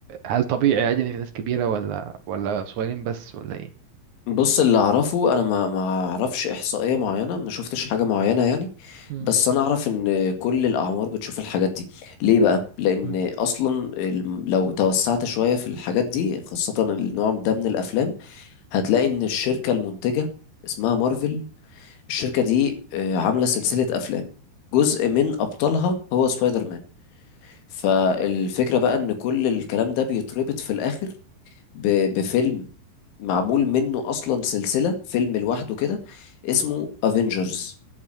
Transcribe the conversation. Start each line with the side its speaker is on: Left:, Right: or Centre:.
Right: هل طبيعي عادي إن في ناس كبيرة ولا ولا صغيرين بس ولا إيه؟
Left: بص اللي اعرفه انا ما ما اعرفش احصائيه معينه ما شفتش حاجه معينه يعني
Right: مم.
Left: بس انا اعرف ان كل الاعمار بتشوف الحاجات دي ليه بقى لان
Right: مم.
Left: اصلا الم- لو توسعت شويه في الحاجات دي خاصه النوع ده من الافلام هتلاقي ان الشركة المنتجة اسمها مارفل الشركة دي آه، عاملة سلسلة افلام جزء من ابطالها هو سبايدر مان فالفكرة بقى ان كل الكلام ده بيتربط في الاخر ب- بفيلم معمول منه اصلا سلسلة فيلم لوحده كده اسمه افنجرز